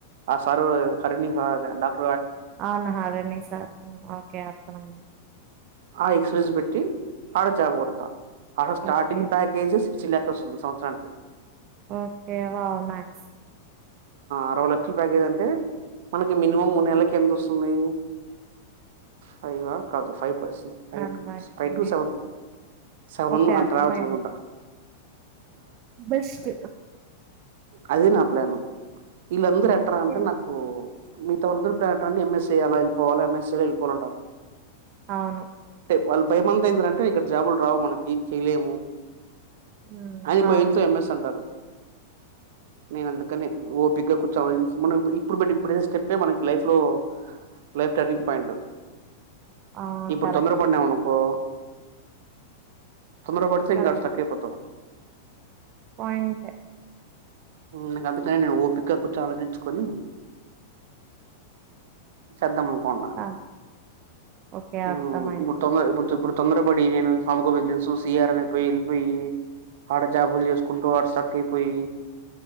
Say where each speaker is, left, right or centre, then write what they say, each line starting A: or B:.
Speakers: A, on the right (about 65°); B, on the right (about 40°).
A: ఆ సారు హరిని డాక్
B: అవునా హరిని సార్ ఓకే అర్థమైంది
A: ఆ ఎక్స్పీరియన్స్ పెట్టి ఆడ జాబ్ కొడతా ఆడ స్టార్టింగ్
B: ఓకే.
A: ప్యాకేజెస్ చి లాక్ వస్తుంది సంవత్సరానికి
B: ఓకే వావ్ నైస్
A: అరవై లక్షల ప్యాకేజ్ అంటే మనకి మినిమం మూడ్ నెల్లకి ఎంత వస్తుంది ఫైవ్వ కాదు five percent five
B: one
A: to
B: month
A: five
B: కి
A: to seven seven
B: okay
A: అట్లా
B: అర్థమైంది
A: రావచ్చు అనుకుంటా
B: బెస్ట్
A: అదినా ప్లాను వీళ్ళందరూ ఎట్ట్రా
B: ఓకే
A: అంటే నాకు మిగతా వాళందూ ప్లాన్ టా ఎంఎస్ చేయాలి వెళ్ళిపోవాలి ల ఎంఎస్ వెళ్ళిపోవాలంటారు
B: అవును
A: వాళ్ళు భయమంత ఏందంటే ఇక్కడ జాబులు రావు మనకి చెయలేము
B: మ్మ్
A: అని
B: అవును
A: భయంతో ఎంఎస్ అంటారు నేను అందుకని ఓపిగా కూర్చోని ఆలోచించి మనం ఇప్పుడు ఇప్పుడు పెట్టే స్టెప్పే మనకి లైఫ్ లో లైఫ్ టర్నింగ్ పాయింట్
B: ఆ
A: ఇప్పుడు
B: కరెక్టే
A: తొందర పడినాం అనుకో తొందరపడుతే
B: కరెక్ట్
A: ఇంకా ఆడ స్టక్ అయిపోతాం
B: పాయింటే
A: నాక అందుకనే ఓపిగ్గా కూర్చొని ఆలోచించుకోని చేద్దాం అనుకోన్నా
B: ఆ ఓకే
A: హు
B: అర్థమైంది
A: ఇప్పుడు తొందర ఇప్పుడు ఇప్పుడు తొందర పడి నేను సామెకుబ తెలుూ సిఆర్ వైపు వెళ్ళిపోయి ఆడ జాబులు చేసుకుంటూ ఆడ స్ట్రక్ అయిపోయి